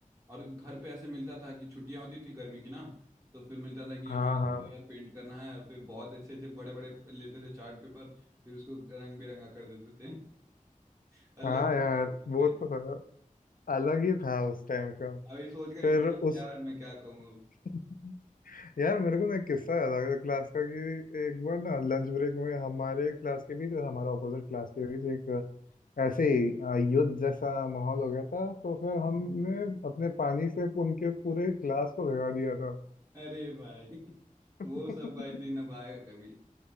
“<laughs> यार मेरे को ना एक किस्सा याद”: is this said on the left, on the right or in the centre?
Left